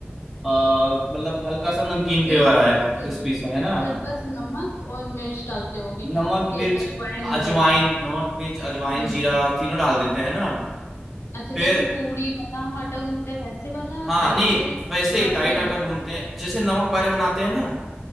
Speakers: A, in the centre; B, on the left (about 80°).
A: आ, मतलब हल्का सा नमकीन फ्लेवर
B: टेस्टिंग
A: आया है क्रिस्पी सा है ना
B: मतलब बस नमक और मिर्च डालते होगे कि,
A: नमक
B: कि
A: मिर्च
B: अजवाइन वगैरह
A: अजवाइन
B: भी
A: नमक मिर्च अजवाइन
B: हम्म
A: जीरा तीनों डाल देते हैं ना
B: अच्छा
A: फिर
B: जैसे पूरी वाला हम आटा गूंथते हैं वैसे वाला
A: हाँ
B: Tight
A: नहीं
B: tight
A: वैसे
B: थोड़ा
A: टाइट
B: सा
A: आटा
B: नॉर्मल
A: गूंथते हैं जैसे नमक पारे बनाते हैं ना